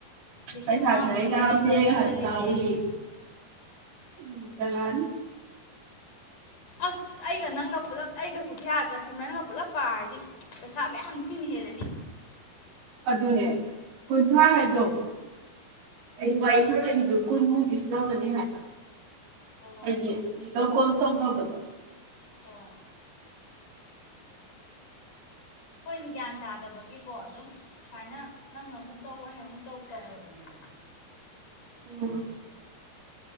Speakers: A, on the left; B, on the right.
A: ꯂꯤꯁꯤꯡ
B: ꯄꯩꯁꯥ
A: ꯃꯉꯥꯃꯨꯛ
B: ꯈꯔ
A: ꯆꯪꯉꯛꯑꯗꯤ
B: ꯌꯥꯝꯗꯦ
A: ꯐꯅꯤ
B: ꯍꯥꯏꯕꯁꯨ
A: ꯈꯜꯂꯤꯕꯅꯦ
B: ꯌꯥꯎꯋꯤ
A: ꯑꯩꯁꯦ
B: ꯎꯝ ꯆꯪ ꯂꯛ ꯑꯅꯤ
A: ꯑꯁ ꯑꯩꯒ ꯅꯪꯒ ꯄꯨꯂꯞ ꯑꯩꯒ ꯁꯣꯐꯤꯌꯥꯒ ꯁꯤꯝꯔꯟꯒ ꯄꯨꯜꯂꯞ ꯄꯥꯔꯗꯤ ꯄꯩꯁꯥ ꯃꯌꯥꯝ ꯊꯤꯅ ꯍꯦꯜꯂꯅꯤ
B: ꯑꯗꯨꯅꯦ ꯀꯨꯟꯊ꯭ꯔꯥ ꯍꯥꯏꯗꯣ ꯑꯩꯁꯨ ꯋꯥꯔꯤ ꯁꯥꯅꯏꯗꯨ ꯀꯨꯟꯃꯨꯛꯇꯤ ꯁꯨ ꯂꯧꯒꯅꯤ ꯍꯥꯏꯕ
A: ꯍꯣꯏ
B: ꯍꯥꯏꯗꯤ ꯂꯧ ꯀꯣꯟ ꯇꯧꯅꯕꯗꯣ
A: ꯍꯣꯏ ꯍꯣꯏꯅꯦ ꯒ꯭ꯌꯥꯟ ꯇꯥꯗꯕꯒꯤꯀꯣ ꯑꯗꯨꯝ ꯁꯥꯏꯅ ꯅꯪ ꯅ ꯃꯨꯛ ꯇꯧ ꯑꯩꯅ ꯃꯨꯛ ꯇꯧ ꯇꯧꯔꯕꯅꯦꯕꯁꯦ
B: ꯎꯝ